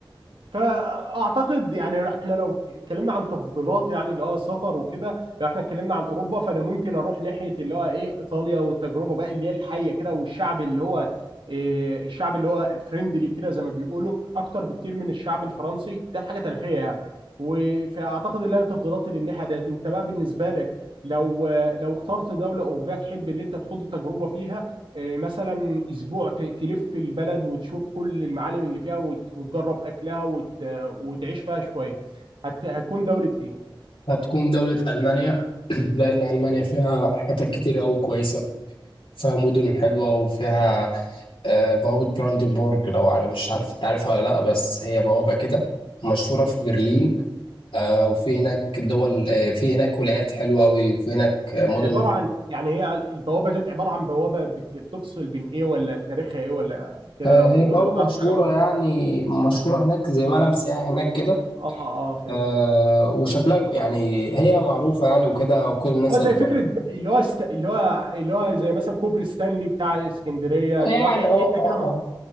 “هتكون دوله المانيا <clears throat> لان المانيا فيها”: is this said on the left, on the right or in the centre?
Left